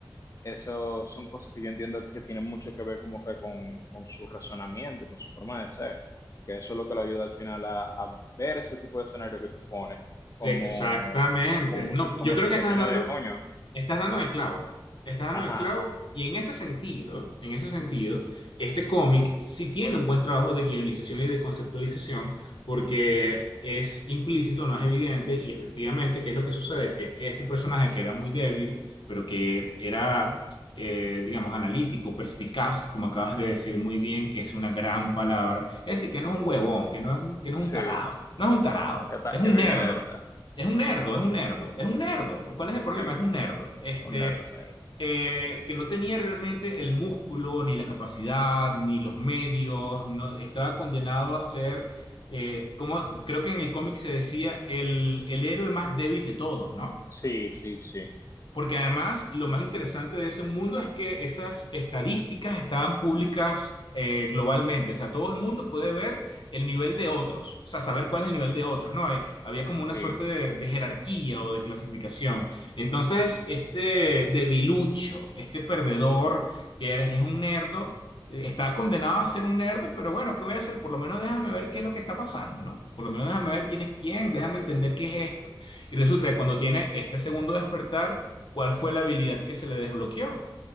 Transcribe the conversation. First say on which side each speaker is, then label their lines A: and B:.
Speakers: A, on the left; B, on the left.
A: eso son cosas que yo entiendo que tienen mucho que ver como que con, con su razonamiento, con su forma de ser, que eso es lo que lo ayuda al final a, a ver ese tipo de escenario que tú pones como,
B: Exactamente.
A: como,
B: No,
A: como
B: yo creo
A: situaciones
B: que estás dando,
A: de coño.
B: Estás dando en el clavo, estás dando
A: Ajá,
B: en el clavo y en ese sentido, en ese sentido, este cómic sí tiene un buen trabajo de guionización y de conceptualización porque es implícito, no es evidente y efectivamente, ¿qué es lo que sucede? Que es que este personaje que era muy débil, pero que era, eh, digamos, analítico, perspicaz, como acabas de decir muy bien, que es una gran palabra, es decir, que no es un huevón, que no es un, que no es
A: sí,
B: un tarado, no es un tarado,
A: que, ta-
B: es un
A: que vive
B: nerd
A: alerta,
B: es un nerdo, es un nerdo, es un nerdo. ¿Cuál es el problema?
A: sí,
B: Es un nerdo. Este,
A: un nerd, un nerd.
B: eh, que no tenía realmente el músculo, ni la capacidad, ni los medios. no- estaba condenado a ser, eh, como creo que en el cómic se decía, el, el héroe más débil de todos, ¿no?
A: Sí, sí, sí,
B: Porque además lo más interesante de ese mundo es que esas estadísticas estaban públicas eh, globalmente. O sea, todo el mundo puede ver el nivel de otros, o sea, saber cuál es el nivel de otros, ¿no? Hay- había como una
A: sí.
B: suerte de, de jerarquía o de clasificación. Entonces, este debilucho, este perdedor que eres- que es un nerdo, eh, está condenado a ser un nerdo, pero bueno, ¿qué voy a hacer? Por lo menos déjame ver qué es lo que está pasando, ¿no? Por lo menos déjame ver quién es quién, déjame entender qué es esto. Y resulta que cuando tiene este segundo despertar, ¿Cuál fue la habilidad que se le desbloqueó?